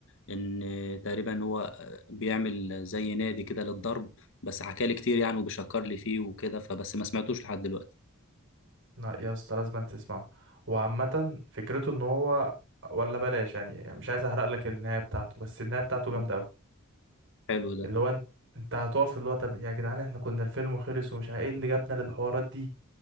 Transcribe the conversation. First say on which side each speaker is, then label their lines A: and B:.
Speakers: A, on the left (about 60°); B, on the right (about 60°).
A: ان تقريبا هو بيعمل زي نادي كده للضرب بس حكى لي كتير يعني وبيشكر لي فيه وكده فبس ما سمعتوش لحد دلوقتي
B: لا يا اسطى لازم تسمعه وعامة فكرته ان هو ولا بلاش يعني مش عايز احرق لك النهاية بتاعته بس النهاية بتاعته
A: مم.
B: جامدة قوي
A: حلو ده
B: اللي هو انت انت هتقف اللي هو طب يا جدعان احنا كنا الفيلم خلص ومش عارف ايه اللي جابنا للحوارات دي